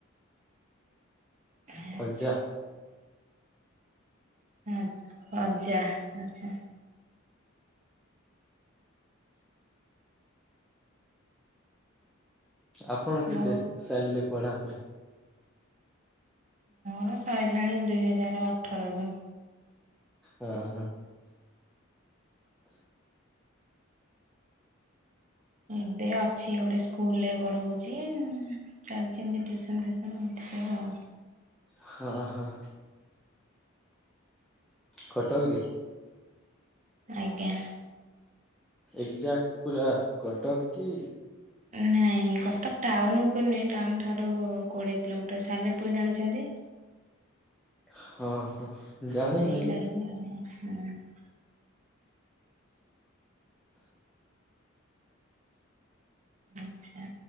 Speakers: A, on the right; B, in the centre.
A: ଆଚ୍ଛା
B: ଖଜା
A: ଆଁା ଆଜ୍ଜା ଆଚ୍ଛା
B: ଆପଣ କେବେ
A: ଆଉ
B: ସାରିଲେ ପଢାପଢି
A: ହଁ ସରିଲାଣି ଦୁଇ ହଜାର ଅଠର ର
B: ହଁ ହଁ
A: ଏବେ ଅଛି ଗୋଟେ ସ୍କୁଲ ରେ ପଢଉଛି ଚାଲି ଟ୍ୟୁସନ ଫ୍ୟୁସନ ଏମତି ଆଉ
B: ହଁ ହଁ ଖଟ କିଦି
A: ଆଜ୍ଞା
B: ଏକ୍ଜାକ୍ଟ ପୁରା କଟକ କି
A: ନାଇଁ କଟକ ଟାଉନ ଉପରେ ନୁହଁ ଟାଉନ ଠାରୁ କୋଡିଏ କିଲୋମିଟର ସାଲେପୁର ଜାଣିଛନ୍ତି
B: ହଁ ହଁ ଜାଣିିନି
A: ସେଇ ଲାଇନ ଆଉ ହୁଁ ଆଛା